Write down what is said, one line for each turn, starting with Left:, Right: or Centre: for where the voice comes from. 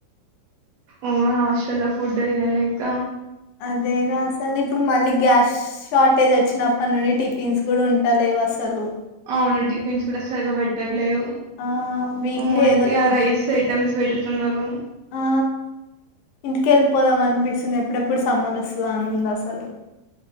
Right: ఓ హాస్టలో ఫుడ్ తినలేక
Left: అదేగా అసల్ ఇప్పుడు మళ్ళీ గ్యాస్ షార్టేజ్ వచ్చినప్పట్ నుండి టిఫిన్స్ గూడుంట్ టలెవసలు
Right: అవ్ను టిఫిన్స్ కూడా సరిగా పెట్టట్లేదు.
Left: ఆ వీక్లీ
Right: ఉ అంటే
Left: ఏదో టూ
Right: ఆ రైస్
Left: త్రీ
Right: ఐటమ్స్ పెడుతున్నారు
Left: ఆ ఇంటికెళ్ళి పోదాం అన్పిస్తుంది. ఎప్పుడెప్పుడ్ సమ్మరొస్తాద అనుందసలు